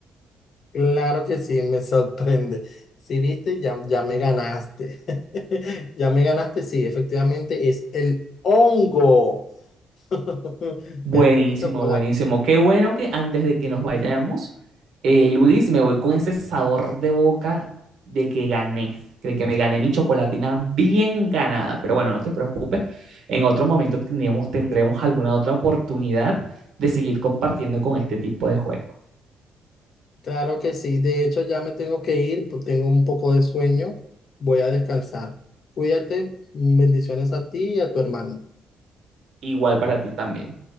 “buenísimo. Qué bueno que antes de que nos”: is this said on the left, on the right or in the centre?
Right